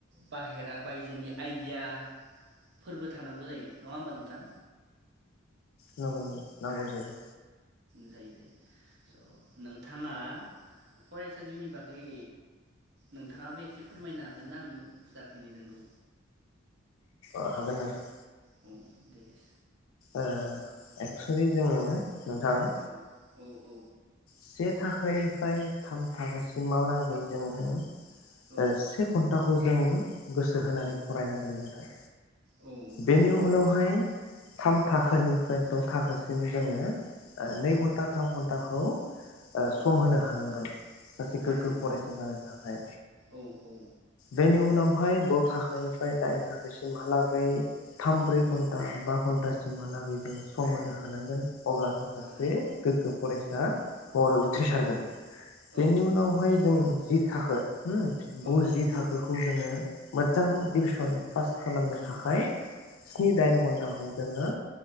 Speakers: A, on the right; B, on the left.
A: बाहेरा बायजोनि आइदियाफोरबो थानांगौ जायो नङा होमबा नोंथां?
B: नंगौ नंनौ नांगौ जायो।
A: जायो जायो स' नोंथाङा फरायसा जिउनि बागै नोंथाङाबो एसे फोरमायनो हागोनना आंनो जाखिनि रोंगौ।
B: अ हागोन नोंथां।
A: अ देस
B: ओ ए एकसुलि जोङो। नोंथां।
A: औ औ औ
B: से थाखोनिफ्राय थाम थाखोसिमहालागै जोङो। ओ
A: औ
B: से खनथाखौ जोङो गोसो होनानै
A: औ
B: फरायनांगोन नोंथां
A: औ
B: बेनि
A: नांगोन नांगोन
B: उनावहाय
A: नांगोन
B: थाम थाखोनिफ्राय
A: औ
B: द' थाखोसिम जोङो
A: औ
B: नै घन्टा थाम घन्टाखौ ओ
A: औ
B: सम होनो हानांगोन सासे
A: हानांगोन
B: गोग्गो फरायसा
A: हानांगोन
B: जानो थाखाय।
A: औ औ
B: बेनि उनाव बेहाय द' थाखानिफ्राय दाइन थाखोसिमहालागै। थाम ब्रै
A: औ
B: घन्टा बा घन्टास सिमहालागै जों सम होनो हानांगोन। अब्ला जों सासे
A: हानांगोन
B: गोग्गो फरायसा
A: औ
B: <unintelligible> उथ्रिसारगोन
A: औ
B: बेनि
A: औ
B: उनावहाय
A: औ उथ्रिसारगोन
B: जों जि थाखो होम गुजि
A: औ
B: थाखोखौ
A: औ
B: जोङो मोजां
A: औ
B: डिभिसन पास खालामनो
A: औ
B: थाखाय स्नि
A: औ
B: दाइन घन्टाख खौ जोङो